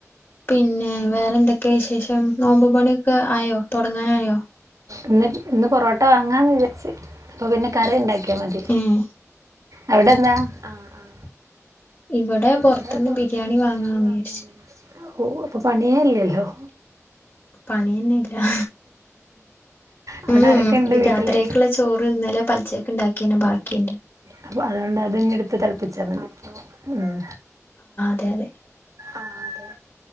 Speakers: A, on the left; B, on the right.
A: പിന്നെ വേറെന്തെക്കെ വിശേഷം നോമ്പും പണ്യൊക്കെ ആയോ തൊടങ്ങാനായോ?
B: ഇന്ന്ട്ട് ഇന്ന് പൊറോട്ട വാങ്ങാന്ന് വിരാര്ച്ച് അപ്പോ പിന്നെ കറിണ്ടാ ക്ക്യാ മതി
A: ഏഹ്
B: അവിടെന്താ? ആഹ് ആഹ്
A: ഇവിടെ
B: ഇവ്ടെ
A: പൊറത്ത്ന്ന്
B: പൊർത്ത്ന്ന്
A: ബിരിയാണി
B: ബിര്യാണി
A: വാങ്ങാന്ന്
B: വാങ്ങാന്നു
A: വിചാരിച്ചു
B: വെച്ച് ഓഹ് അപ്പം പണിയേല്ല്യല്ലോ
A: പണിയെന്നില്ലാ
B: അവിടെ
A: ഉം
B: ആരൊക്കെ
A: ഊം
B: ഉണ്ട് വീട്ടില്
A: രാത്രിയേക്ക്ള്ള ചോറ് ഇന്നലെ പല്ച്ചേക്ക്ണ്ടാക്ക്യെന്നെ ബാക്കിണ്ട്
B: അപ്പൊ അത്കൊണ്ട് അത്ങ്ങെട്ത്ത് തെൾപ്പ്ച്ചാ മതി ഊം
A: തെ അതെ
B: ആഹ് അതേ